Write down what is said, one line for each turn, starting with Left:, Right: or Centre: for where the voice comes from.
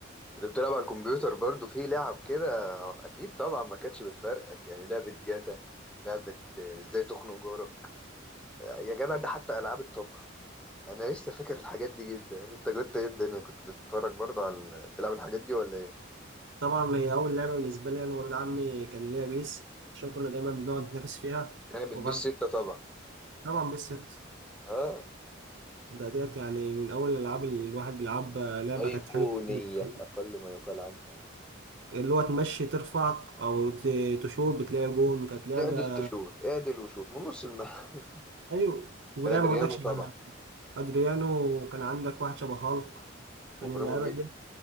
Centre: كنت بتلعب على الكمبيوتر برضو في لعب كده اكيد طبعا ما كانتش بتفرقك يعني لعبه جاتا لعبه آه، ازاي تخنق جارك آه، يا جدع ده حتى العاب الطبخ انا لسه فاكر الحاجات دي جدا يعني انت كنت ايه الدنيا كنت بتتفرج برضه على ال- بتلعب الحاجات دي ولا ايه
Right: طبعا هي أول لعبة بالنسبة لي أنا وولاد عمي كان ليها بيس عشان كنا دايما بنقعد نتنافس فيها
Centre: يعني بتبيس
Right: وبرضه
Centre: ستة طبعا
Right: طبعا بيس ست
Centre: اه
Right: ده ديت يعني من أول الألعاب اللي الواحد بيلعبها لعبة
Centre: ايقونية
Right: كانت حلوة بالنسبة لي.
Centre: اقل ما يقال عنها يعني
Right: اللي هو تمشي ترفع أو ت- تشوط بتلاقي جون كانت لعبة
Centre: اعدل تشوت اعدل وشوت من نص الملعب
Right: أيوة
Centre: <laughs>
Right: ولعبة
Centre: بادريانو
Right: برضك شبه
Centre: طبعا
Right: أدريانو وكان عندك واحد شبه هالك كان
Centre: وابراهيموفيتش
Right: اللعبة دي